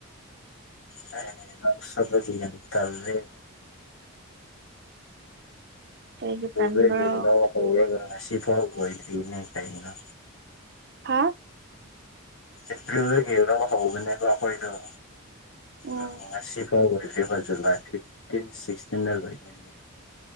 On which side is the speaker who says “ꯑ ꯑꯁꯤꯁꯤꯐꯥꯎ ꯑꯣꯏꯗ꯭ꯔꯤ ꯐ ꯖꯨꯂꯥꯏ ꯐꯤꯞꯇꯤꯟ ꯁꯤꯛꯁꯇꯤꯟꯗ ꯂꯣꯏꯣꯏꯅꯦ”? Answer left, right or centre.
Left